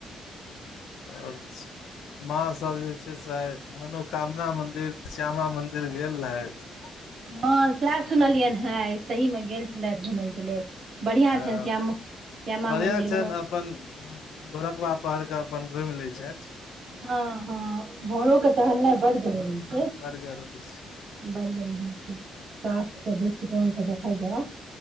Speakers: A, on the left (about 80°); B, on the right (about 40°).
A: ओर स माँ सब जे छै से आई मनोकामना मंदिर श्यामा मंदिर गेल रहथि
B: हँ सेह सुनलियनि हे तही मे गेल छी गेलथि घुमय के लेल बढ़िया
A: हँ
B: छनि श्यामो श्यामा
A: बढ़िआँ
B: मंदिर
A: छनि
B: मनो
A: अपन भोरकबा पहरके अपन घुमि लए छथि।
B: हँ-हँ भोरो के टहलनाइ बड्ड जरूरी छै।
A: बर जरूरी छै
B: बड़ जरुरी छै स्वास्थ के दृष्टिकोण सँ देखल जे